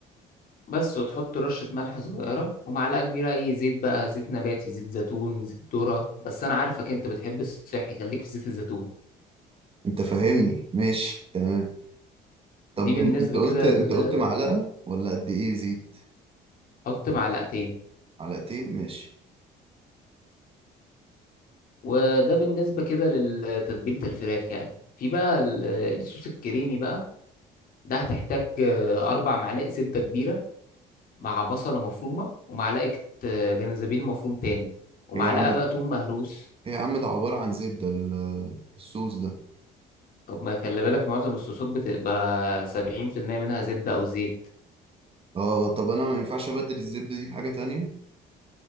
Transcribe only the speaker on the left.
بس وتحط رشة ملح صغيرة ومعلقة كبيرة أي زيت بقى زيت نباتي زيت زيتون زيت ذرة بس أنا عارفك أنت بتحب الصحي خليك في زيت الزيتون
دي بالنسبة
كده
ل-
حط معلقتين
وده بالنسبة كده لتتبيلة الفراخ يعني في بقى ال- الصوص الكريمي بقى ده هتحتاج آه، أربع معالق زبدة كبيرة مع بصلة مفرومة ومعلقة آه، جنزبيل مفروم تاني ومعلقة
بقى توم مهروس
طب ما خلي بالك معظم الصوصات بتبقى سبعين في المية منها زبدة أو زيت